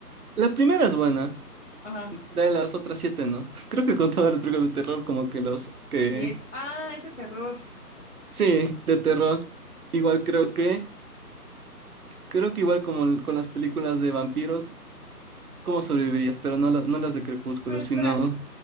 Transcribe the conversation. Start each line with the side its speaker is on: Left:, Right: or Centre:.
Right: La primera es buena.
Left: Ajá.
Right: de las otras siete, ¿no? <laughs> Creo que con todas las películas de terror, como que los que...
Left: Siete. Ah, es de terror.
Right: Sí, de terror. Igual creo que... Creo que igual como el- con las películas de vampiros, ¿cómo sobrevivirías? Pero no, la- no las de Crepúsculo,
Left: Pero espera,
Right: sino...